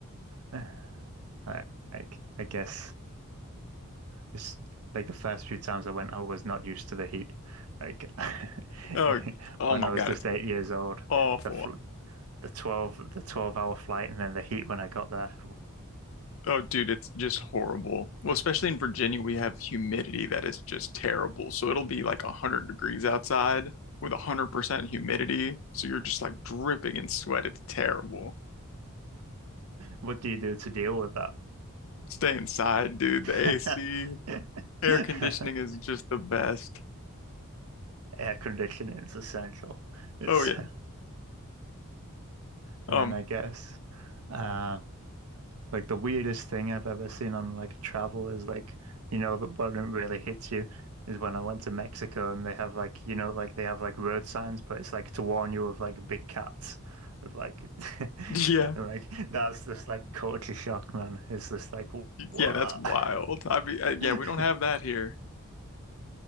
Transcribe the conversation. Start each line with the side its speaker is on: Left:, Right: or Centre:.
Right: <laughs> Like, like, I guess it's like the first few times I went, I was not used to the heat. Like <laughs>
Left: Oh, oh
Right: when
Left: my
Right: I
Left: God,
Right: was just
Left: it's
Right: eight years old,
Left: awful.
Right: the fl the 12 the 12 hour flight and then the heat when I got there.
Left: Oh, dude, it's just horrible. Well, especially in Virginia, we have humidity that is just terrible. So it'll be like 100 degrees outside with 100% humidity. So you're just like dripping in sweat. It's terrible.
Right: What do you do to deal with
Left: Stay inside, dude. The
Right: that?
Left: AC, air
Right: <laughs>
Left: conditioning is just the best.
Right: Air conditioning is essential. It's
Left: Oh yeah.
Right: and
Left: Um,
Right: then I guess. Um, Like the weirdest thing I've ever seen on like travel is like, you know, the one really hits you is when I went to Mexico and they have like, you know, like they have like road signs, but it's like to warn you of like big cats. Of like, <laughs> and
Left: <laughs> yeah.
Right: like that's just like culture shock, man. It's just like what?
Left: Yeah, that's wild. I mean, uh, yeah,
Right: <laughs>
Left: we don't have that here.